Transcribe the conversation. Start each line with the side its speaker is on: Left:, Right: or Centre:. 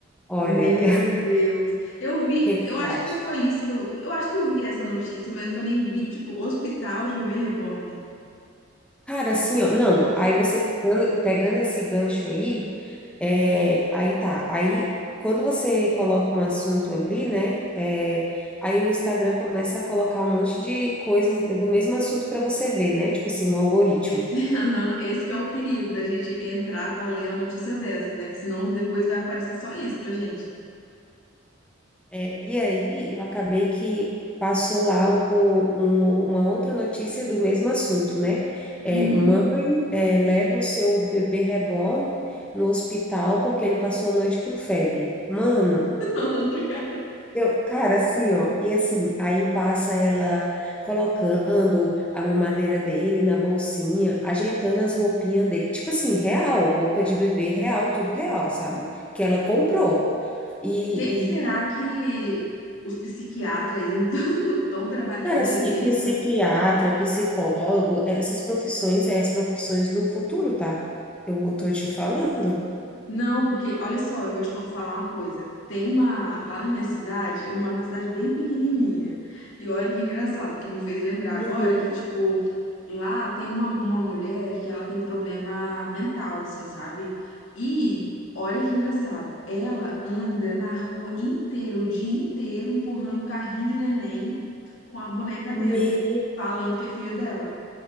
Centre: Olha,
Left: Meu
Centre: <laughs>
Left: Deus. Eu vi,
Centre: o que que
Left: eu
Centre: você
Left: acho
Centre: acha?
Left: que não foi isso que eu, eu acho que eu vi essa notícia, mas eu também vi, tipo, hospital de bebê reborn.
Centre: Cara, assim, ó, não, aí você pegando, pegando esse gancho aí, é, aí tá, aí quando você coloca um assunto ali, né, é, aí o Instagram começa a colocar um monte de coisas do mesmo assunto para você ver, né, tipo assim, um algoritmo.
Left: Esse, <laughs> aham, esse que é o perigo da gente entrar pra ler a notícia dessa, né? Que senão depois vai aparecer só isso pra gente.
Centre: É, e aí eu acabei que passou lá o- um- uma outra notícia do mesmo assunto, né,
Left: Uhum.
Centre: É, mãe, é, leva o seu bebê reborn no hospital porque ele passou a noite com febre. Mano...
Left: <laughs>
Centre: Eu, cara, assim, ó, e assim, aí passa ela colocando a mamadeira dele na bolsinha, ajeitando as roupinhas dele, tipo assim, real, roupa de bebê real, tudo real, sabe? Que ela comprou. E,
Left: Gente, será
Centre: e
Left: que os psiquiatras aí não estão <laughs> trabalhando
Centre: cara, assim,
Left: direito?
Centre: psiquiatra, psicólogo, essas profissões, é as profissões do futuro, tá? Eu tô te falando.
Left: Não, porque olha só, eu vou te con- falar uma coisa. Tem uma. Lá na minha cidade, eu moro numa cidade bem pequenininha. E olha que engraçado, que me fez lembrar
Centre: Uhum.
Left: agora que, tipo, lá tem uma, uma mulher que ela tem problema mental, assim, sabe? E olha que engraçado, ela anda na rua inteira, o dia inteiro, empurrando o carrinho de neném com a boneca dentro,
Centre: Me...
Left: falando que é filha dela.